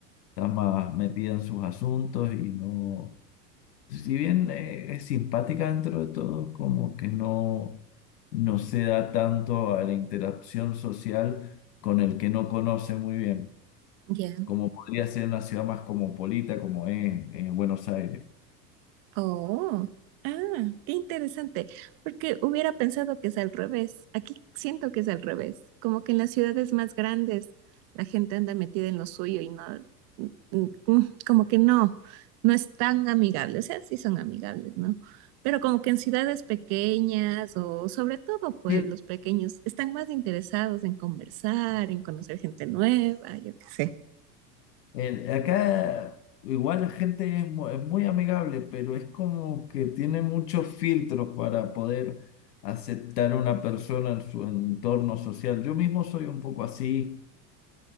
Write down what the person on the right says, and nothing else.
Ya.
Oh, ah, qué interesante, porque hubiera pensado que es al revés. Aquí siento que es al revés, como que en las ciudades más grandes la gente anda metida en lo suyo y no, mm, mm, mm, como que no, no es tan amigable. O sea, sí son amigables, ¿no? Pero como que en ciudades pequeñas o sobre todo pueblos
pequeños están más interesados en conversar, en conocer gente nueva, yo qué sé.